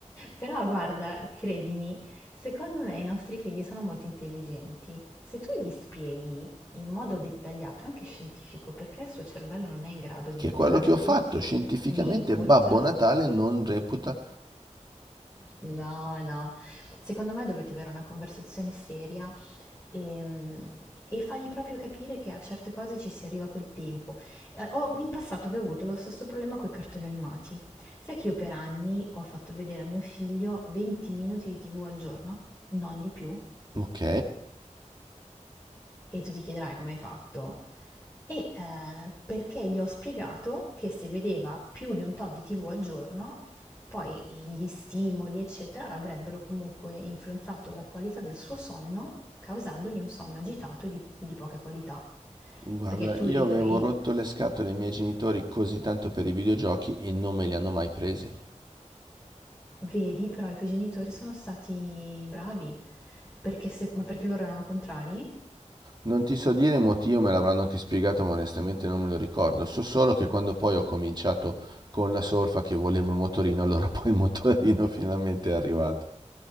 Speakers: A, on the left; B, on the right.
A: Però guarda, credimi, secondo me i nostri figli sono molto intelligenti. Se tu gli spieghi in modo dettagliato, anche scientifico, perché il suo cervello non è in grado di
B: Che
A: elaborare
B: è quello che ho fatto,
A: tutti
B: scientificamente
A: gli input,
B: Babbo Natale non reputa...
A: no, no, secondo me dovete avere una conversazione seria e, e fargli proprio capire che a certe cose ci si arriva col tempo. Eh, ho- in passato avevo avuto lo stesso problema con i cartoni animati. Sai che io per anni ho fatto vedere a mio figlio 20 minuti di TV al giorno, non di più?
B: Ok,
A: E tu ti chiederai come hai fatto. E eh, perché gli ho spiegato che se vedeva più di un tot di TV al giorno, poi gli stimoli, eccetera, avrebbero comunque influenzato la qualità del suo sonno, causandogli un sonno agitato e di, di poca qualità.
B: guarda,
A: Perché tu
B: io
A: i
B: avevo
A: tuoi,
B: rotto le scatole ai miei genitori così tanto per i videogiochi e non me li hanno mai presi.
A: vedi, però i tuoi genitori sono stati bravi, perché se- ma perché loro erano contrari?
B: Non ti so dire il motivo, me l'avranno anche spiegato, ma onestamente non me lo ricordo. So solo che quando poi ho cominciato con la solfa che volevo il motorino, allora <laughs> poi il motorino finalmente è arrivato.